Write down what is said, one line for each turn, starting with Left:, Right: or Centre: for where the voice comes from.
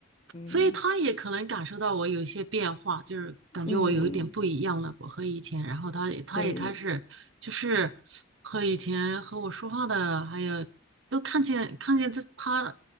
Left: 嗯，
Right: 所以他也可能感受到我有一些变化，就是感觉我有一点不一样了，
Left: 嗯，
Right: 我和以前，然后他也他也开始就是和以前和我说话的，
Left: 对，
Right: 还有都看见看见这他